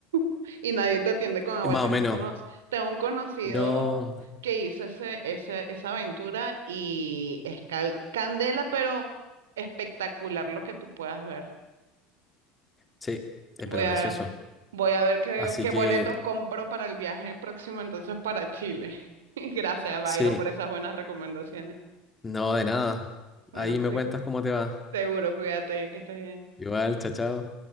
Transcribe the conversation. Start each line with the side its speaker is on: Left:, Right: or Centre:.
Right: <laughs> y nadie te atiende con agua.
Left: eh, más
Right: Tengo
Left: o menos,
Right: un, cono- tengo un conocido
Left: no,
Right: que hizo ese, ese, esa aventura y es cal- candela, pero espectacular lo que tú puedas ver.
Left: sí, eh,
Right: Voy
Left: pero
Right: a,
Left: precioso.
Right: voy a ver qué,
Left: Así
Right: qué
Left: que,
Right: boletos compro para el viaje próximo entonces para Chile. <laughs> Gracias, Byron,
Left: sí,
Right: por esas buenas recomendaciones.
Left: no de nada.
Right: Bueno,
Left: Ahí
Right: cuí.
Left: me cuentas cómo te va.
Right: Seguro, cuídate, que estés bien.
Left: Igual, chao, chao.